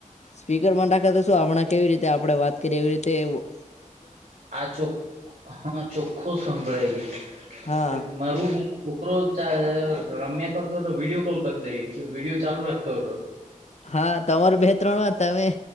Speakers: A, on the left; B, on the right.
A: સ્પીકર બંધ રાખે તો શું હમણાં કેવી રીતે આપડે વાત કરીએ એવી રીતે વો
B: આ ચોખ હા ચોખ્ખો સંભળાય
A: હા
B: તે મારું છોકરો ચા રમ્યા કરતો તો વિડીયો કોલ કર દેય વિડિયો ચાલુ રાખતો હતો
A: હા તમારું બે ત્રણ વાર તમે